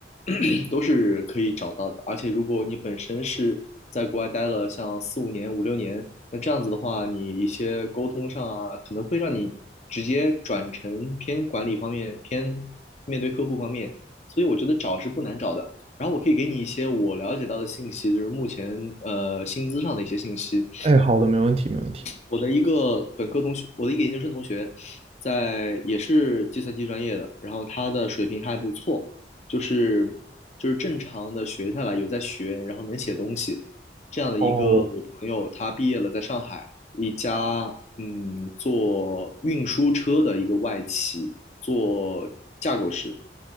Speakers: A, on the left (about 40°); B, on the right (about 35°).
A: <clears throat> 都是可以找到的。而且如果你本身是在国外待了像四五年、五六年，那这样子的话，你一些沟通上啊，可能会让你直接转成偏管理方面、偏面对客户方面。所以我觉得找是不难找的。然后我可以给你一些我了解到的信息，就是目前呃薪资上的一些信息。
B: 哎，好的，没问题，没问题。
A: 我的一个本科同学，我的一个研究生同学，在也是计算机专业的，然后他的水平还不错，就是就是正常的学下来有在学，然后能写东西这样的一个我朋友，
B: 哦，
A: 他毕业了，在上海一家嗯做运输车的一个外企做架构师，